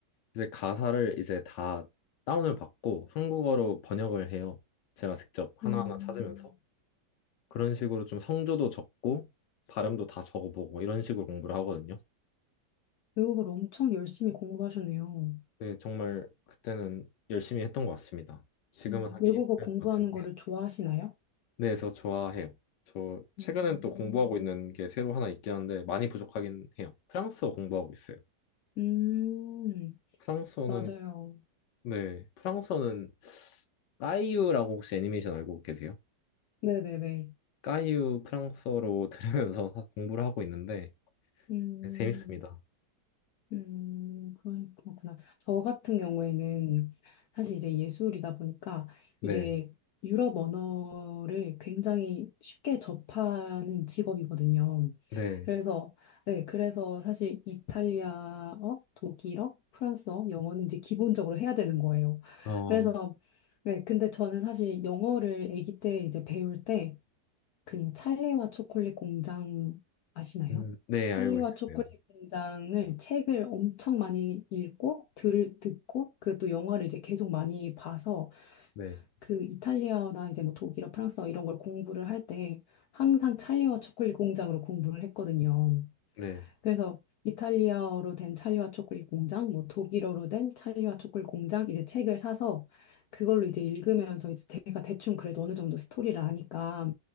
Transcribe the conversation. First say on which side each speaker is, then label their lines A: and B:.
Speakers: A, on the left; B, on the left.
A: 이제 가사를 이제 다 다운을 받고 한국어로 번역을 해요. 제가 직접 하나하나
B: 음,
A: 찾으면서 그런 식으로 좀 성조도 적고 발음도 다 적어보고 이런 식으로 공부를 하거든요.
B: 외국어를 엄청 열심히 공부하셨네요.
A: 네, 정말 그때는 열심히 했던 것 같습니다. 지금은
B: 음,
A: 하기
B: 외국어
A: 힘들
B: 공부하는
A: 것 같은데.
B: 거를 좋아하시나요?
A: 네, 그래서 좋아해요. 저 최근엔
B: 음,
A: 또 공부하고 있는 게 새로 하나 있긴 한데 많이 부족하긴 해요. 프랑스어 공부하고 있어요.
B: 음,
A: 프랑스어는
B: 맞아요.
A: 네, 프랑스어는 까이유라고 혹시 애니메이션 알고 계세요?
B: 네네네.
A: 까이유 프랑스어로 <laughs> 들으면서 공부를 하고 있는데
B: 음,
A: 네, 재밌습니다.
B: 음, 그런- 그렇구나. 저 같은 경우에는 사실 이제 예술이다 보니까
A: 네,
B: 이게 유럽 언어를 굉장히 쉽게 접하는 직업이거든요.
A: 네,
B: 그래서, 네, 그래서 사실 이탈리아어, 독일어, 프랑스어, 영어는 이제 기본적으로 해야 되는 거예요.
A: 어,
B: 그래서, 네, 근데 저는 사실 영어를 아기 때 이제 배울 때 그 찰리와 초콜릿 공장 아시나요?
A: 음, 네
B: 찰리와
A: 알고 있어요.
B: 초콜릿 공장을 책을 엄청 많이 읽고 들 듣고 그또 영화를 이제 계속 많이 봐서
A: 네,
B: 그 이탈리아나 이제 뭐 독일어, 프랑스어 이런 걸 공부를 할 때 항상 찰리와 초콜릿 공장으로 공부를 했거든요.
A: 네,
B: 그래서 이탈리아어로 된 찰리와 초콜릿 공장, 뭐 독일어로 된 찰리와 초콜릿 공장 이제 책을 사서 그걸로 이제 읽으면서 이제 제가 대충 그래도 어느 정도 스토리를 아니까